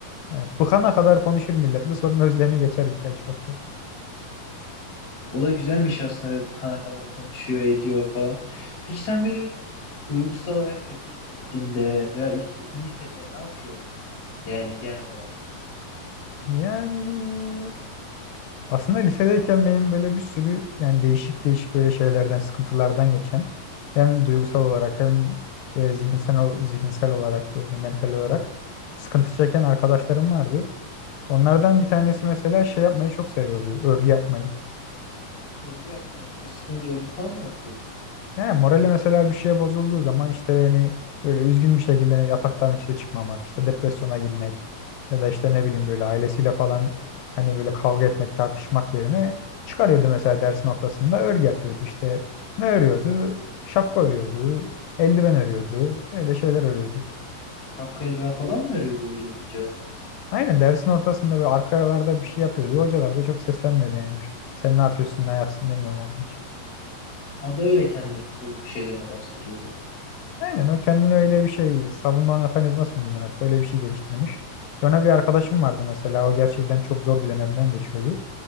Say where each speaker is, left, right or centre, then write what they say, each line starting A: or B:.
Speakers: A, on the left; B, on the left.
A: Yani bıkana kadar konuşur milletle sonra özlemi geçer birkaç hafta.
B: O da güzelmiş aslında ve bu kana kadar konuşuyor ediyor falan. Peki sen böyle bir duygusal olarak kötü hissettiğinde veya işte iyi hissettiğinde ne yapıyorsun? Yani genel olarak
A: Yani Aslında lisedeyken benim böyle bir sürü yani değişik değişik böyle şeylerden, sıkıntılardan geçen hem duygusal olarak hem böyle zihinsel ol- zihinsel olarak böyle mental olarak sıkıntı çeken arkadaşlarım vardı. Onlardan bir tanesi mesela şey yapmayı çok seviyordu, örgü yapmayı.
B: örgü yapmayı mı? Sıkınca örgü falan mı yapıyordu?
A: Yani morali mesela bir şeye bozulduğu zaman işte hani böyle üzgün bir şekilde yataktan işte çıkmamak, işte depresyona girmek ya da işte ne bileyim böyle ailesiyle falan hani böyle kavga etmek, tartışmak yerine çıkarıyordu mesela dersin ortasında örgü yapıyordu. İşte ne örüyordu? Şapka örüyordu, eldiven örüyordu, öyle şeyler örüyordu.
B: Şapka eldiven falan mı örüyordu öyle olunca?
A: Aynen dersin ortasında böyle arkalarda bir şey yapıyordu. Hocalar da çok seslenmiyordu yani. Sen ne yapıyorsun, ne ayaksın demiyorlardı hiç.
B: O da öyle kendi duygu şeylerini bastırıyordu.
A: Aynen o kendine öyle bir şey savunma mekanizması mı denir artık öyle bir şey geliştirmiş. Sonra bir arkadaşım vardı mesela o gerçekten çok zor bir dönemden geçiyordu.